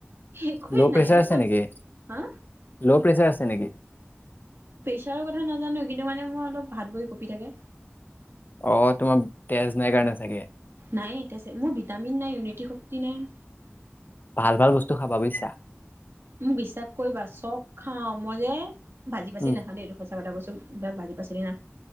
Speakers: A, on the right; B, on the left.
A: একোৱেই
B: ল' প্ৰেচাৰ
A: নাইব
B: আছে
A: মই
B: নেকি?
A: হা
B: ল' প্ৰেচাৰ আছে নেকি?
A: প্ৰেছাৰৰ কথা নাজানো কিন্তু মানে মোৰ অলপ হাত ভৰি কঁপি থাকে।
B: অ', তোমাৰ তেজ নাই কাৰণে চাগে।
A: নাই এতিয়াছে মোৰ ভিটামিন নাই ইউনিটি শক্তি নাই।
B: ভাল-ভাল বস্তু খাবা বুজিছা।
A: মোক বিশ্বাস কৰিবা? চব খাওঁ মই যে ভাজি বাচি
B: উম,
A: নাখাওঁ দে এটো আৰু এটা বস্তু, ভাজি পাচলি না।